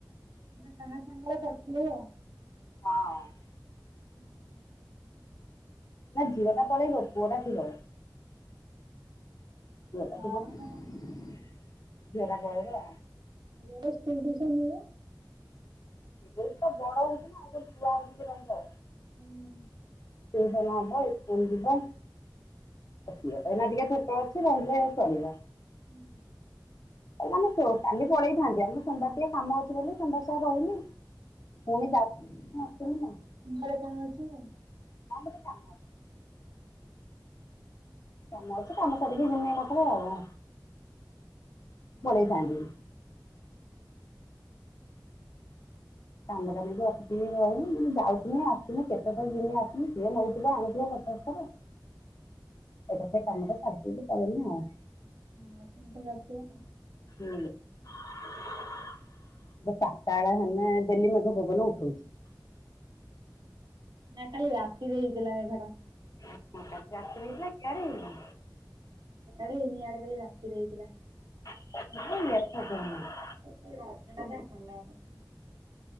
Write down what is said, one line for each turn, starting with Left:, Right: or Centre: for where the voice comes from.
Right: ନା କାହା ସାଙ୍ଗରେ ପଠେଇବ?
Left: ହଁ।
Right: ହୁଁ।
Left: ନା ଝିଅ ଟା ପଳେଇବ ପୁଅଟା ଥିବ। ପୁଅଟା
Right: ନା
Left: ଥିବ
Right: ବା
Left: ଝିଅଟା
Right: ନା।
Left: ପଳେଇବ।
Right: ଝିଅ ଟା ସ୍କୁଲ ଟିଉସନ ଯିବ।
Left: ବହୁତ ବଡ଼ ହେଉଚିନା ଆଉ କଣ ଛୁଆ ହେଉଚି ଯେ ରହିବ।
Right: ହୁଁଁ।
Left: ଟିଉସନ ହବ ଇସ୍କୁଲ ଯିବ। <unintelligible> ଏଇନା ଟିକେ ଛୋଟ ଅଛି ରହିଲେ ଚଳିବ।
Right: ହୁଁ।
Left: <unintelligible> କାଲି ପଳେଇଥାନ୍ତି ଆମର ସୋମବାର ଟିକେ କାମ ଅଛି ବୋଲି ସୋମବାର ସରି ରହିଲି। ପୁଣି ଯାଉଥିମି ଆସୁଥିମି ନା।
Right: ଆମର କଣ ଅଛିକି।
Left: ହଁ ଗୋଟେ କାମ ଅଛି। କାମ ଅଛି କାମ ସାରିକି ଜିମି ଏକାଥରେ ଆଉ। ପଳେଇଥାନ୍ତି। କାମଟା ନେଇକି ଅସିକି ରହନି ଯାଉଥିମି ଆସୁଥିମି କେତ ଥର ଜିମି ଆସିମି ସିଏ ନଉଥିବେ ଆଣୁଥିବେ କ <unintelligible> ଏଇଟା ସେ କାମ ଟା ସାରିଦେଇକି ପଳେଇମି ଆଉ।
Right: ହଁ ପୁଣି ଥରେ ଆସିବନା।
Left: ହୁଁ। <unintelligible> ତାଳେ ହେନେ ଡେଲି ମେଘ ପବନ ଉଠୋଉଚି।
Right: ନା କାଲି ରାତିରେ ହେଇଥିଲା ମେଘ ଟା।
Left: ହଁ ତା ରାତିରେ ହେଇଥିଲା ଇଆଡେ ହେଇନି।
Right: ଇଆଡେ ହେଇନି ଇଆଡେ ଖାଲି ରାତି ରେ ହେଇଥିଲା।
Left: <unintelligible>
Right: କହୁଚି ରାତିଟାଯେ ହେଲାନି।